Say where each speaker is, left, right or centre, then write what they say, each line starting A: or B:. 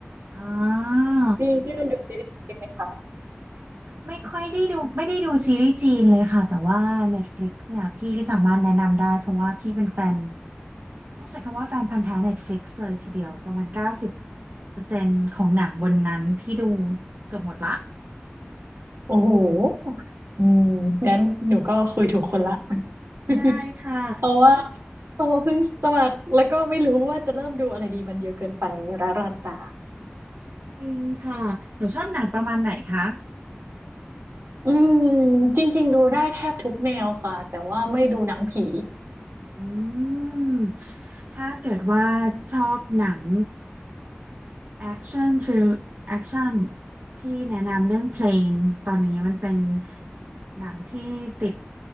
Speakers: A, on the right; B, on the right.
A: อ๋อ
B: นี่พี่มันดูซีรีส์จีนไหมคะ
A: ไม่ค่อยได้ดูไม่ได้ดูซีรีส์จีนเลยค่ะแต่ว่า Netflix เนี่ยพี่ก็สามารถแนะนำได้เพราะว่าพี่เป็นแฟนต้องใช้คำว่าแฟนพันธุ์แท้ Netflix เลยทีเดียวประมาณเก้าสิบเปอร์เซ็นต์ของหนังบนนั้นพี่ดูเกือบหมดละ
B: โอ้โหอืมงั้นหนูก็คุยถูกคนละ <laughs>
A: ได้ค่ะ
B: เพราะว่าเพราะว่าเพิ่งสมัครแล้วก็ไม่รู้ว่าจะเริ่มดูอะไรดีมันเยอะเกินไปร้ารานตา
A: จริงค่ะหนูชอบหนังประมาณไหนคะ
B: อืมจริงๆดูได้แทบทุกแนวค่ะแต่ว่าไม่ดูหนังผี
A: อืมถ้าเกิดว่าชอบหนัง action thrill action พี่แนะนำเรื่องเพลงตอนนี้มันเป็นหนังที่ติด